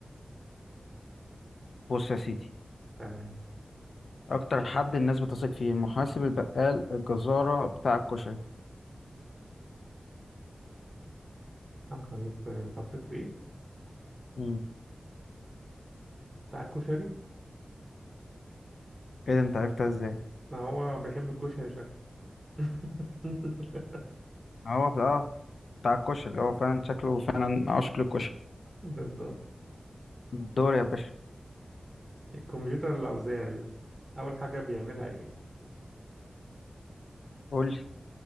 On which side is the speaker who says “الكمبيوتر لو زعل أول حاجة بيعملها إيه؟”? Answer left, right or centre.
Right